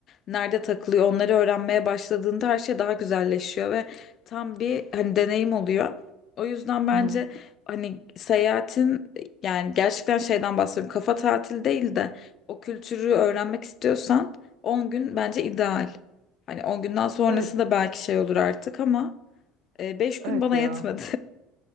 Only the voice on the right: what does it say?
Hı hı.
Evet,
evet
ya.